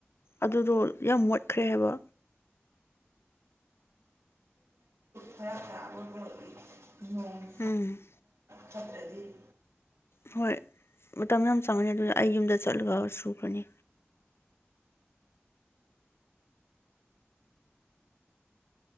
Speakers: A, on the left; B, on the right.
A: ꯑꯗꯨꯗꯣ ꯌꯥꯝ ꯃꯣꯠꯈ꯭ꯔꯦ ꯍꯥꯏꯕ
B: ꯐꯔꯛ ꯇꯥꯕ ꯃꯣꯠꯂꯤ <unintelligible>
A: ꯎꯝ
B: ꯆꯠꯇ꯭ꯔꯗꯤ
A: ꯍꯣꯏ ꯃꯇꯝ ꯌꯥꯝ ꯆꯪꯒꯅꯤ ꯑꯗꯨꯏ ꯑꯩ ꯌꯨꯝꯗ ꯆꯠꯂꯒ ꯁꯨꯒꯅꯤ